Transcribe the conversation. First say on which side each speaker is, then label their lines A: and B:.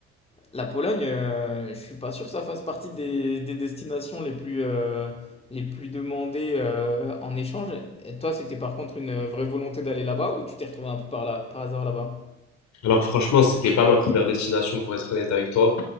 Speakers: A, on the left; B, on the left.
A: La Pologne, euh, je suis pas sûr que ça fasse partie des, des destinations les plus, euh, les plus demandées euh, en échange. Et toi, c'était par contre une vraie volonté d'aller là-bas ou tu t'es retrouvé un peu par, là- par hasard là-bas?
B: Alors franchement, c'était pas ma première destination pour être honnête avec toi.